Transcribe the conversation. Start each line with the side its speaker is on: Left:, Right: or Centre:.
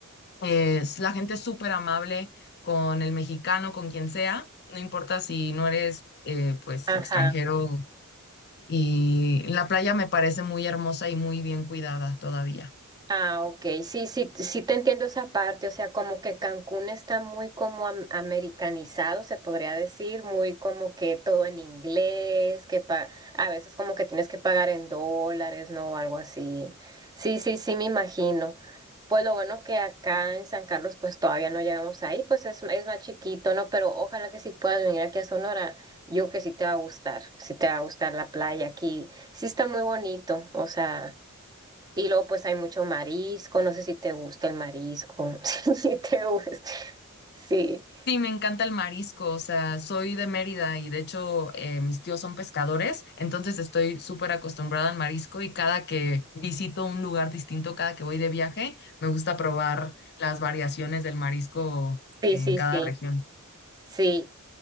Left: Es la gente es súper amable con el mexicano, con quien sea, no importa si no eres eh, pues
Right: ajá.
Left: extranjero y la playa me parece muy hermosa y muy bien cuidada todavía.
Right: Ah, ok, sí, sí, sí te entiendo esa parte, o sea, como que Cancún está muy como am- americanizado, se podría decir, muy como que todo en inglés, que pa- a veces como que tienes que pagar en dólares, ¿no? O algo así. Sí, sí, sí, me imagino. Pues lo bueno que acá en San Carlos pues todavía no llegamos ahí, pues es, es más chiquito, ¿no? Pero ojalá que sí puedas venir aquí a Sonora, yo que sí te va a gustar, sí te va a gustar la playa aquí, sí está muy bonito, o sea... Y luego pues hay mucho marisco, no sé si te gusta el marisco, <laughs> si te gusta. Sí,
Left: Sí, me encanta el marisco, o sea, soy de Mérida y de hecho eh, mis tíos son pescadores, entonces estoy súper acostumbrada al marisco y cada que visito un lugar distinto, cada que voy de viaje, me gusta probar las variaciones del marisco
Right: sí,
Left: en
Right: sí,
Left: cada
Right: sí,
Left: región.
Right: sí.